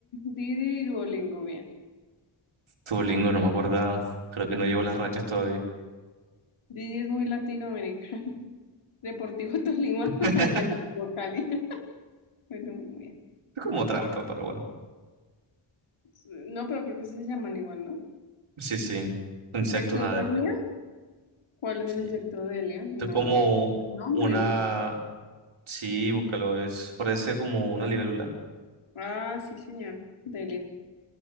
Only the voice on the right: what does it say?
Duolingo, no me acordaba. Creo que no llevo las rachas todavía.
<laughs>
Es como trampa, pero bueno.
Sí, sí. Insecto,
nada.
Sí.
Es como
una...
Sí, búscalo, es... Parece como una libélula,